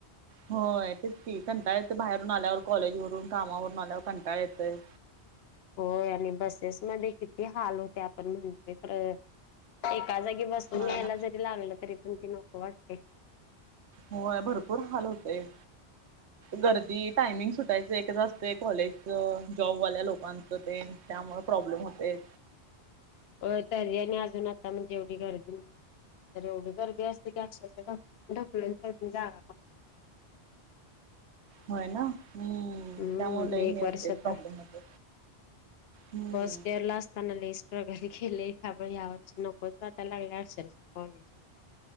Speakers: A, on the right (about 85°); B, on the left (about 70°).
A: होय तेच की कंटाळा येते बाहेरून आल्यावर कॉलेजवररून कामावरून आल्यावर कंटाळा येतय
B: होय आणि बसेस मध्ये किती हाल होत्यात आपण म्हणतोय खरं एका जागी बसून
A: ना
B: यायला
A: ना
B: जरी लागलं तरी पण ती नको वाटतय
A: होय भरपूर हाल होतय गर्दी टायमिंग सुटायचं एक आसतय कॉलेजच जॉबवाल्या लोकांचं ते त्यामुळं प्रॉब्लेम होतय
B: हो तर ह्यांनी अजून आता म्हणजे एवढी गर्दी ना तर एवढ गर्दी असते की अक्षरशा ढ ढकलून <unintelligible> जागा कर
A: होय ना हम्म
B: हम्म
A: त्यामुळे लई
B: एक
A: हे
B: वर्षता
A: होते प्रॉब्लेम होते हम्म
B: फस्ट इयरला असताना लइ प्रगती केलेल आपण या वर्षी नकोच वाटय लागलय आशात कॉलेज